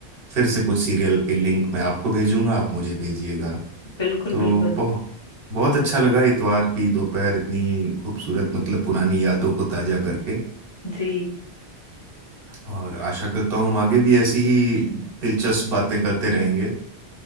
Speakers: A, on the right; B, on the left.
A: फिर से कुछ सीरियल के लिंक मैं आपको भेजूंगा आप मुझे भेजिएगा
B: बिल्कुल
A: तो
B: बिल्कुल
A: बहुत बहुत अच्छा लगा इतवार की दोपहर इतनी खूबसूरत मतलब पुरानी यादों को ताजा करके
B: जी
A: और आशा करता हूँ हम आगे भी ऐसी ही दिलचस्प बातें करते रहेंगे